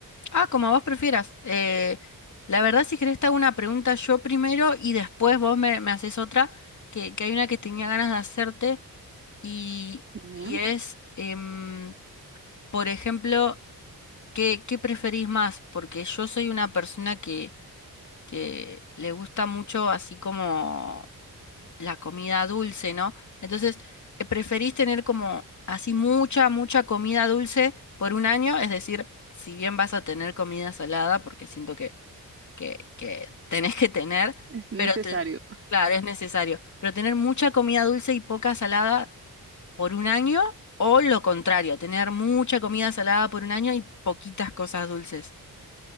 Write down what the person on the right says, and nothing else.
Sí,
es necesario.